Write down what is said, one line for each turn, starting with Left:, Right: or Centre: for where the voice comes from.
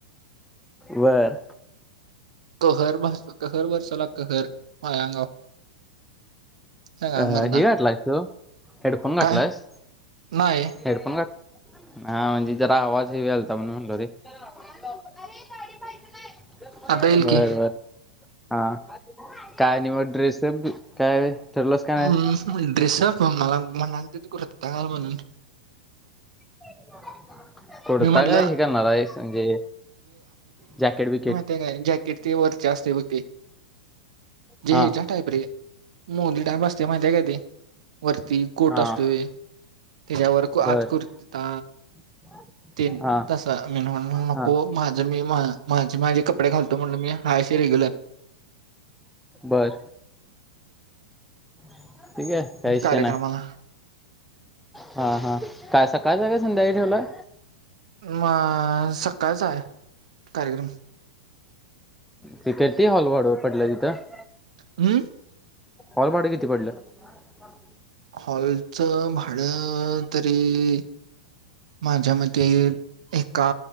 Centre: बर
Right: कहर कहर बसवला कहर माझ्या अंगावर सांगा
Centre: अ
Right: मर्दा
Centre: हे घातलंयस तू हेडफोन
Right: काय
Centre: घातलायस.
Right: नाही
Centre: हेडफोन घात हा म्हणजे जरा आवाज हे व्हायलता म्हणून म्हटलो रे. ए गाडी पाहिजेल हाय
Right: आता येईल
Centre: बर
Right: की
Centre: बर हा काय आणि मग ड्रेस तेन प काय ठरलंस काय
Right: हम्
Centre: नाही
Right: ड्रेस होय मला म्हनालतीत कुर्ता घाल म्हणून.
Centre: <unintelligible> कुडता
Right: मी म्हणलं
Centre: काय हे करणार आहेस म्हणजे जॅकेट बिकेट.
Right: का जॅकेट ते वरचे असतय बघ ते जे
Centre: हा
Right: हेज्या टाईप रे. मोदी टाईप असतय माहितीय काय ते? वरती कोट
Centre: हा
Right: असतोय त्याच्यावर
Centre: बर
Right: आत कुर्ता
Centre: <inaudible>
Right: तेन
Centre: हा
Right: तस मी म्हण नको
Centre: हा
Right: माझं मी मा माझी माझे कपडे घालतो म्हणल मी हाय अस रेग्युलर.
Centre: बर ठीक आहे काय विषय
Right: कार्यक्रमाला
Centre: नाही. हा हा काय सकाळच हाय का संध्याकाळी ठेवलंय.
Right: मग सकाळचा आहे कार्यक्रम.
Centre: ते कती हॉल वड पटलं तिथं. <inaudible>
Right: हम्म.
Centre: हॉल भाडं किती पडलं? आर थांब.
Right: हॉलचं भाडं तरी माझ्या मते एका